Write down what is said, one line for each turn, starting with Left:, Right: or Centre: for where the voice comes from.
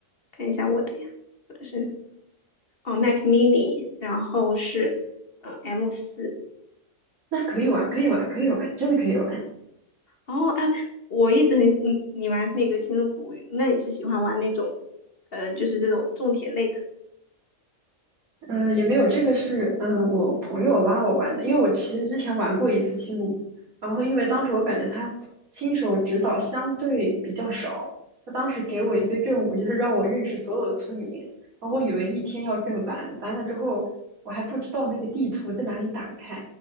Left: 看一下我的呀，我的是哦，Mac mini，然后是嗯 M 四。
Right: 那可以玩，可以玩，可以玩，真的可以玩。
Left: 哦，哎，我一直很你你玩那个《星露谷物语》，那你是喜欢玩那种，呃，就是这种种田类的？
Right: 嗯，呃也没有，这个是嗯呃我朋友拉我玩的，因为我其实之前玩过一次星露谷，然后因为当时我感觉他新手指导相对比较少，他当时给我一个任务，就是让我认识所有的村民，然后我以为一天要认完，完了之后我还不知道那个地图在哪里打开，